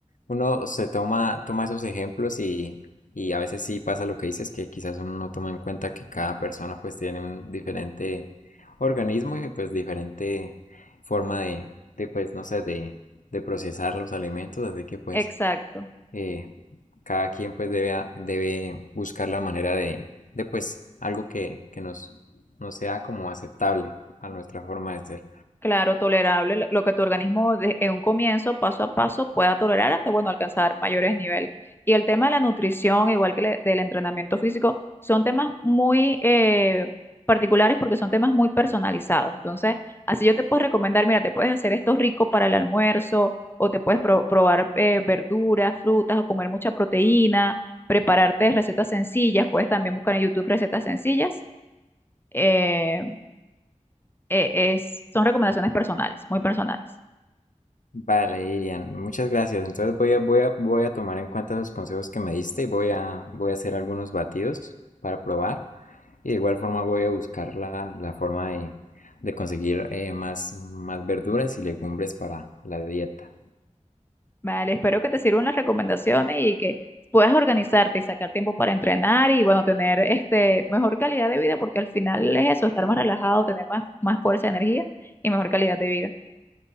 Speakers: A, on the left; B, on the left.
A: uno se toma, toma esos ejemplos y, y a veces sí pasa lo que dices, que quizás uno no toma en cuenta que cada persona pues tiene un diferente organismo y pues diferente forma de, de pues no sé, de, de procesar los alimentos, así que pues
B: exacto.
A: eh, cada quien pues debe, a- debe buscar la manera de, de pues algo que, que nos, nos sea como aceptable a nuestra forma de ser.
B: Claro, tolerable, lo lo que tu organismo de- en un comienzo, paso a paso, pueda tolerar hasta, bueno, alcanzar mayores niveles. Y el tema de la nutrición, igual que le- del entrenamiento físico, son temas muy eh, particulares porque son temas muy personalizados. Entonces, así yo te puedo recomendar, mira, te puedes hacer esto rico para el almuerzo o te puedes pro- probar eh, verduras, frutas o comer mucha proteína, prepararte recetas sencillas, puedes también buscar en YouTube recetas sencillas. Eh, eh, es, son recomendaciones personales, muy personales.
A: Vale, Irian, muchas gracias. Entonces voy a, voy a, voy a tomar en cuenta los consejos que me diste y voy a, voy a hacer algunos batidos para probar. Y de igual forma voy a buscar la, la forma de, de conseguir eh, más, más verduras y legumbres para la dieta.
B: Vale, espero que te sirvan las recomendaciones y que puedas organizarte y sacar tiempo para entrenar y bueno, tener este mejor calidad de vida, porque al final es eso, estar más relajado, tener más, más fuerza, energía y mejor calidad de vida.